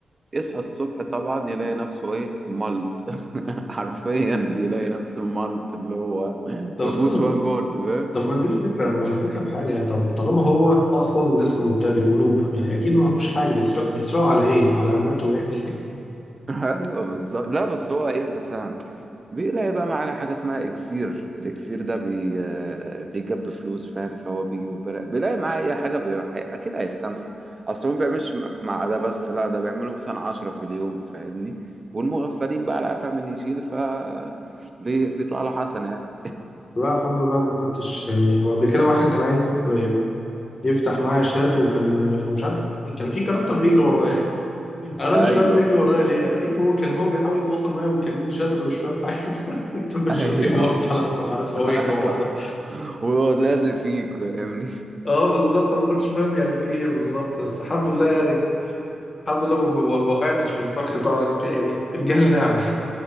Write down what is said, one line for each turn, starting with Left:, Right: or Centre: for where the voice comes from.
Right: يصحى الصبح طبعا يلاقي نفسه ايه مالت <laughs> حرفيا بيلاقي نفسه مالت اللي هو
Left: طب
Right: ما
Left: استنى
Right: فيهوش وان جولد فاهم
Left: طب ما دي الفكره ما هي الفكره في حاجه طب طالما هو اصلا لسه مبتدئ ونوب يعني اكيد ما هوش حاجه بيسرق بيسرقوا على ايه على عملته يعني <laughs>
Right: <laughs> ايوه بالظبط لا بس هو ايه مثلا بيلاقي بقى معاه حاجه اسمها اكسير الاكسير ده بي آه، بيجيب فلوس فاهم فهو بيجي ببلاش بيلاقي معاه اي حاجه بي... حي- اكيد هيستنفع اصل هو ما بيعملش مع ده بس لا ده بيعملوا مثلا عشرة في اليوم فاهمني والمغفلين بقى لا فاهم من يشيل ف بي- بيطلع له حسنه يعني.
Left: لا الحمد لله انا ما كنتش يعني هو قبل كده واحد كان عايز يفتح معايا شات وكان مش عارف كان في كاركتر بيجري ورايا انا
Right: ايوه
Left: مش فاهم بيجري ورايا ليه اتاريك هو كان هو بيحاول يتواصل معايا وبيكلمني شاطر مش فاهم حاجه <laughs> فانا كنت مش
Right: ايوه
Left: واسيبه واروح العب مع نفسي
Right: <laughs>
Left: وهو يجري ورايا
Right: وهو لازق فيك فاهمني
Left: اه بالظبط انا ما كنتش فاهم يعني في ايه بالظبط بس الحمد لله
Right: آه.
Left: يعني الحمد لله ما ما- ما وقعتش في الفخ بتاع بعد كده، يعني في الجهل نعمه